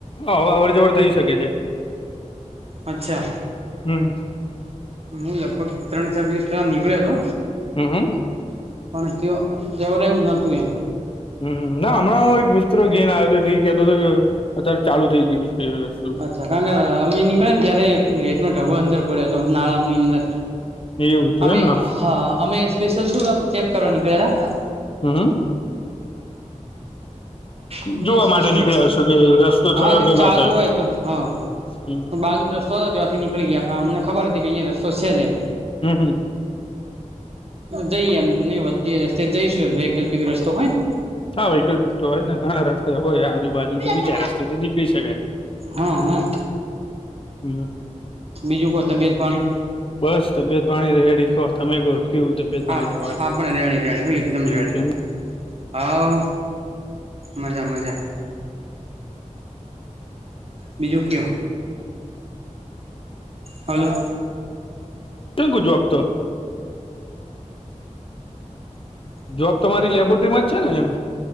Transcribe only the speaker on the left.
હ હવે અવર જવર થઈ શકે છે
હમ
હમ હમ
હમ હમ ના હમણાં એક મિત્ર ઘેન આવ્યો હતો એટલે એ કેતો હતો કે અત્યારે ચાલુ થઈ ગયું છે તે વત
એવું હતું
એમને
<inaudible>
જોવા
માટે નીકળ્યા હશો કે રસ્તો થયો
ના
થયો
હમ
હમ હમ.
હા વહીકલ તો હોય ને ઘણા રસ્તે હોય આજુબાજુ બીજા
રસ્થી નીકળી શકાય
હમ
બસ તબિયત પાણી રેડી તમે કો કેવું તબિયત પાણી
તમારે
એવું
છે એમ
કેમ કો જવાબ તો જોબ તમારી લેબોરેટરીમાં છે ને એમ